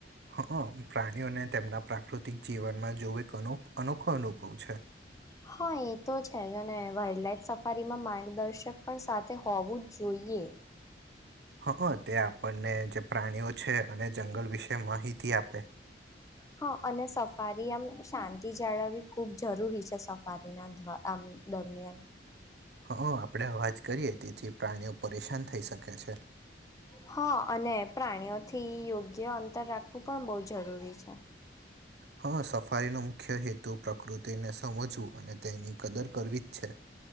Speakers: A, on the right; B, on the left.
A: હા પ્રાણીઓને તેમના પ્રાકૃતિક જીવનમાં જોવું એકનો અનોખો અનુભવ છે
B: હા એ તો છે જ અને વાઇલ્ડ લઇફ સફારીમાં માર્ગદર્શક પણ સાથે હોવું જ જોઈએ
A: હા તે આપણને જે પ્રાણીઓ છે અને જંગલ વિશે માહિતી આપે
B: હા અને સફારી આમ શાંતિ જાળવવી ખૂબ જરૂરી છે સફારી ના આમ દરમિયાન
A: હ આપણેે અવાજ કરીએ તેથી પ્રાણીઓ પરેશાન થઈ શકે છે
B: હા અને પ્રાણીઓ થી યોગ્ય અંતર રાખવું પણ બહ જરૂરી છે
A: હા સફારીનો મુખ્ય હેતુ પ્રકૃતિને સમજવું અને તેની કદર કરવી જ છે